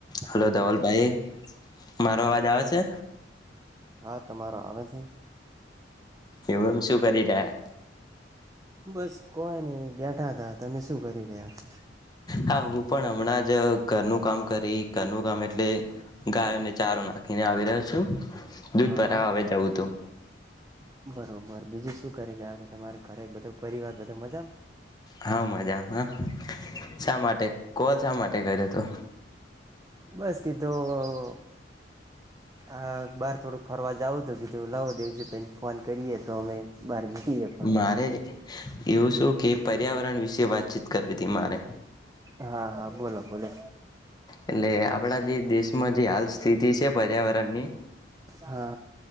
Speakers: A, on the right (about 20°); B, on the left (about 20°).
A: Hello
B: hello ધવલભાઈ મારો અવાજ આવે છે.
A: હા તમારો આવે છે ન
B: એવું એમ શું કરી રહ્યા.
A: બસ કોઈ નની. બેઠા તા તમે શું કરી રહ્યા છો.
B: હા હું પણ હમણાં જ ઘરનું કામ કરી ઘરનું કામ એટલે ગાયોને ચારો નાખીને આવી રહ્યો છું. દૂધ
A: હા
B: ભરા
A: હા.
B: હવે જવું તું.
A: બરોબર બીજું શું કરી રહ્યા તમારે ઘરે બધો પરિવાર બધો મજા.
B: હા મજામાં હ શા માટે કોલ શા માટે કર્યો? તો
A: બસ કીધું આ બાર થોડુંક ફરવા જાવું તો કીધું લાવો દેવજી ભાઈને ફોન કરીએ તો અમે બાર જઈએ ફરવા.
B: મારે એવું શું કે પર્યાવરણ વિશે વાતચીત કરવી હતી મારે.
A: હા, હા, બોલો બોલો.
B: એટલે આપણા જે દેશમાં જે હાલ સ્થિતિ છે પર્યાવરણ ની
A: હા